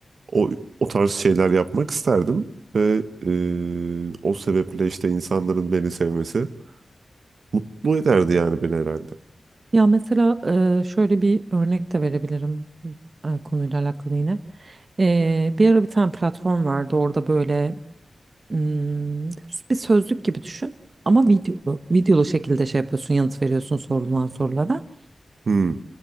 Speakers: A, on the right (about 80°); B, on the right (about 45°).
A: o o tarz şeyler yapmak isterdim ve e, o sebeple işte insanların beni sevmesi Mutlu ederdi yani beni herhalde.
B: Ya mesela e, şöyle bir örnek de verebilirim e, konuyla alakalı yine. E, bir ara bir tane platform vardı orada böyle mm, bir sözlük gibi düşün ama videolu. Videolu şekilde şey yapıyorsun yanıt veriyorsun sorulan sorulara.
A: Hmm,